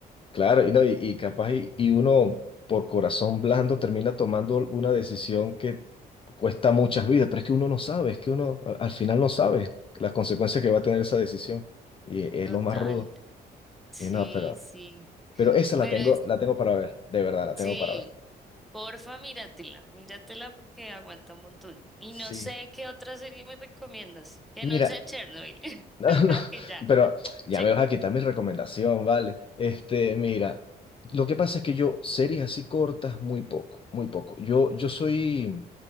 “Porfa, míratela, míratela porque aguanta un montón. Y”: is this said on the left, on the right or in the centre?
Centre